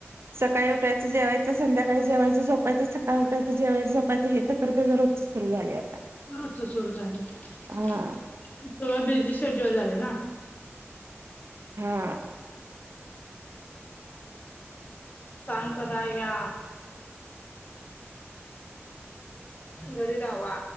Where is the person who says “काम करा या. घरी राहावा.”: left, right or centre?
Left